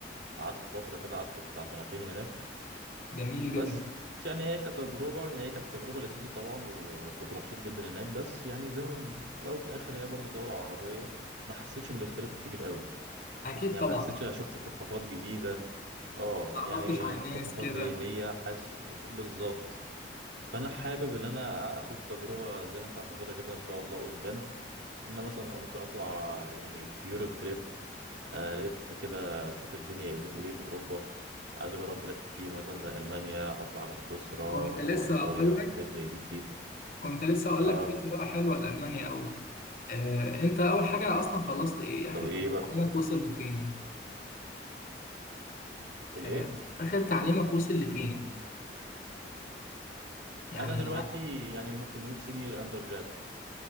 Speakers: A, on the right; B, on the left.
A: قعدت فترة كده قعدت بتاع سنتين هناك
B: جميل
A: بس
B: جدا
A: يعني هي كتجربة هي كانت تجربة لذيذة طبعا وكنت مبسوط جدا هناك بس يعني زي ما في الاول وفي الاخر هي برضو دولة عربية ما حسيتش بالاختلاف الكبير قوي
B: اكيد
A: يعني
B: طبعا
A: ما حسيتش انا شفت ثقافات جديدة اه
B: ما تعرفتش
A: يعني
B: على
A: الثقافات
B: ناس كده
A: هي هي حاسس بالظبط فانا حابب ان انا اخد تجربه زي ما انت هتاخدها كده ان شاء الله قدام ان انا مثلا ممكن اطلع يعني في يوروب تريب الف كده اشوف الدنيا إيه، بتقول ايه في اوروبا عايز اجرب بلاد كتير مثلا زي المانيا اطلع على سويسرا
B: كنت
A: وراها
B: لسه
A: ايطاليا
B: اقول
A: وحاجات
B: لك
A: زي دي كتير
B: كنت لسه اقول
A: اه
B: لك في طريقه حلوه لالمانيا قوي آه، انت اول حاجة اصلا خلصت ايه اخر
A: طب ايه بقى
B: تعليمك وصل لفين
A: الايه
B: آه، اخر تعليمك وصل لفين يعني
A: انا دلوقتي يعني ممكن نقول سينيور اندر جراد